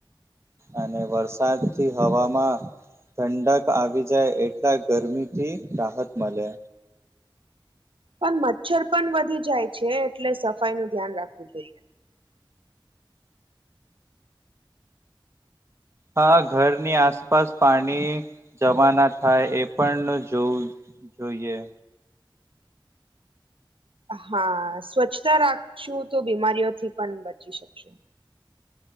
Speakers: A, on the right; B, on the right.
A: અને વરસાદ થી હવામાં ઠંડક આવી જાય એટલા ગરમી થી રાહત મળે
B: પણ મચ્છર પણ વધી જાય છે એટલે સફાઈ નું ધ્યાન રાખવું જોઈએ
A: હા ઘરની આસપાસ પાણી જવા ના થાય એ પણ જોવું જોઈએ
B: હા સ્વચ્છતા રાખશું તો બીમારીઓથી પણ બચી શકશું